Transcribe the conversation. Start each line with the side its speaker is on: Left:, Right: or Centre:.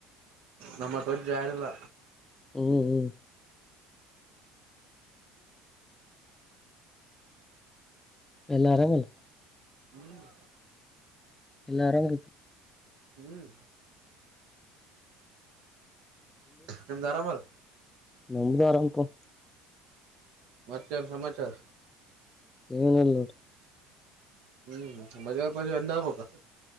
Right: ನಮ್ಮತ್ರ ಜಾರಿಲ್ಲ
Left: ಹ್ಮ್ ಹ್ಮ್ ಎಲ್ಲ ಆರಾಮೆನ್.
Right: ಹ್ಮ್
Left: ಎಲ್ಲಾ ಆರಾಮ್
Right: ಹ್ಮ್ ನಿಮ್ದು ಆರಾಮಲ್
Left: ನಿಮ್ದೆ ಆರಾಮ್ ಪ
Right: ಮತ್ತೇನ್ ಸಮಾಚಾರ?
Left: ಏನಲ್ಲೋಡು.
Right: ಹ್ಮ್ <unintelligible> ಮಜೆವ ಮಜೆ ಎಂಡ ಆಬಬೇಕ